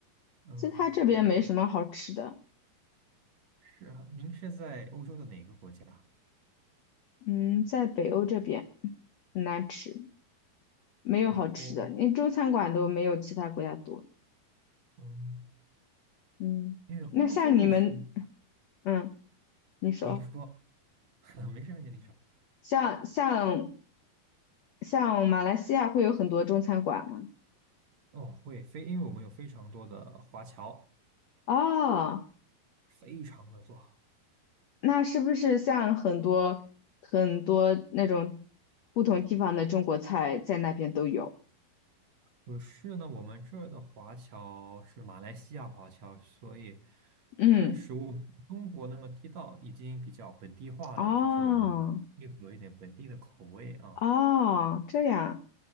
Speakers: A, on the right; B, on the left.
A: 嗯，
B: 其实它这边没什么好吃的。
A: 是啊，您是在欧洲的哪个国家？
B: 嗯，在北欧这边很难吃，没有好吃的，
A: 北欧。
B: 连中餐馆都没有其他国家多。
A: 嗯，
B: 嗯，
A: 因为欧洲的食物，
B: 那像你们，嗯，你说，
A: 您说，<laughs> 没事没事，您说。
B: 像像像马来西亚会有很多中餐馆吗？
A: 哦，会非，因为我们有非常多的华侨，
B: 哦，
A: 非常的多。
B: 那是不是像很多很多那种不同地方的中国菜在那边都有？
A: 不是呢，我们这儿的华侨是马来西亚华侨，所以
B: 嗯，
A: 它的食物没有中国那么地道，已经比较本地化了，
B: 哦。
A: 就是我们配合一点本地的口味啊，
B: 哦，这样，